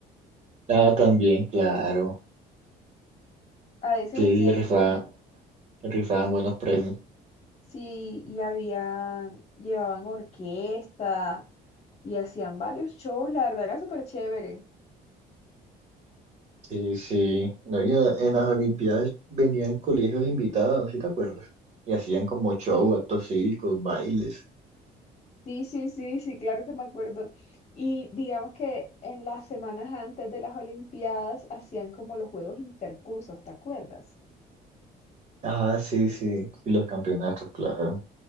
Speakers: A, on the right; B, on the left.
A: Ah, también, claro.
B: a veces
A: Sí,
B: hacían,
A: rifaban, rifaban buenos premios.
B: sí, y había, llevaban orquesta y hacían varios shows, la verdad era súper chévere.
A: Sí, sí. No, y en la- en las Olimpiadas venían colegios invitados, ¿sí te acuerdas? Y hacían como show, actos cívicos, bailes.
B: Sí, sí, sí, sí, claro que me acuerdo. Y digamos que en las semanas antes de las Olimpiadas hacían como los juegos intercursos, ¿te acuerdas?
A: Ah, sí, sí. Y los campeonatos, claro.